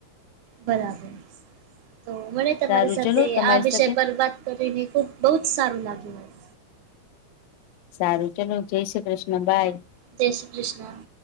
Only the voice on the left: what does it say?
સારું
ચલો તમારી
સાથે
સારું ચાલો જય શ્રી કૃષ્ણ બાય